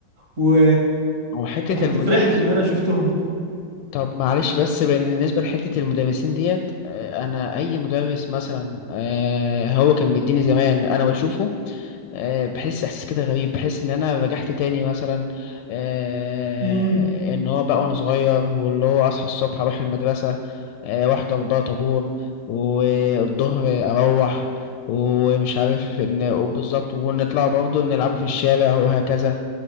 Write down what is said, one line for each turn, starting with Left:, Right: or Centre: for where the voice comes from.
Right: و...
Left: وحتة
Right: وكنت
Left: المدرس
Right: فرحت ان انا شفتهم
Left: طب معلش بس بالنسبة لحتة المدرسين ديت آه، أنا أي مدرس مثلا آه، هو كان مديني زمان أنا بشوفه آه، بحس إحساس كده غريب بحس إن أنا رجعت تاني مثلا آه،
Right: امم
Left: إن هو بقى وأنا صغير واللي هو أصحى الصبح أروح المدرسة آه، وأحضر بقى طابور والظهر أروح ومش عارف إن بالظبط ونطلع برضه نلعبوا في الشارع وهكذا